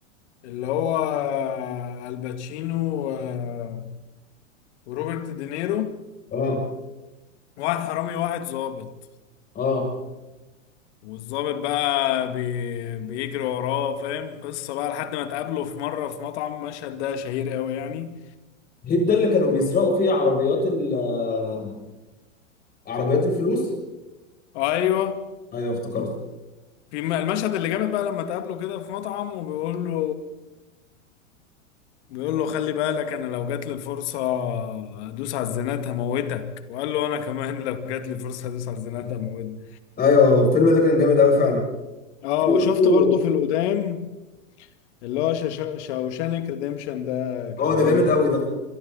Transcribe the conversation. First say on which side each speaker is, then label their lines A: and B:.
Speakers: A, on the left (about 60°); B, on the left (about 25°).
A: اللي هو الباتشينو و- وروبرت دينيرو
B: اه
A: واحد حرامي واحد ظابط
B: اه
A: والظابط بقى بي... بيجري وراه فاهم قصة بقى لحد ما تقابله في مرة في مطعم مشهد ده شهير قوي يعني
B: هيت ده اللي كانوا بيسرقوا فيه عربيات ال آه، عربيات الفلوس
A: ايوه
B: ايوه افتكرت
A: في الم- المشهد اللي جامد بقى لما تقابله كده في مطعم وبيقول له بيقول له خلي بالك انا لو جات لي الفرصه ادوس على الزنات هموتك وقال له انا كمان لو جات لي فرصه ادوس على الزنات هموتك
B: ايوه الفيلم ده كان جامد قوي فعلا
A: اه
B: في
A: وشفت
B: برضه
A: برضو في القدام اللي هو شاش- شاوشانك ريديمشن ده كان
B: اه ده
A: جامد
B: جامد قوي ده